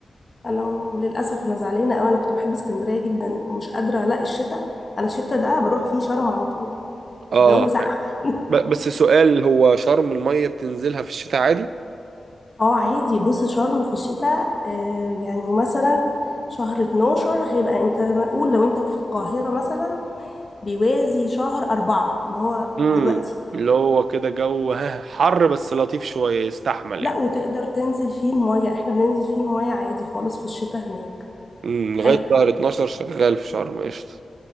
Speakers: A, on the left; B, on the right.
A: انا م- للاسف انا زعلانة قوي انا كنت بحب اسكندرية جدا ومش قادرة الاقي الشتا انا الشتا ده بروح فيه شرم على طول
B: اه
A: الجو ساقع <laughs>
B: ب- بس سؤال هو شرم المية بتنزلها في الشتاء عادي؟
A: اه عادي بص شرم في الشتاء آه، يعني مثلا شهر 12 هيبقى انت قول لو انت في القاهرة مثلا بيوازي شهر أربعة اللي هو
B: امم
A: دلوقتي
B: اللي هو كده جو ها حر بس لطيف شوية يستحمل
A: لا
B: يعني
A: وتقدر تنزل فيه المية احنا بننزل فيه المية عادي خالص في الشتاء هناك
B: امم
A: حلو
B: لغاية شهر 12 شغال في شرم قشطة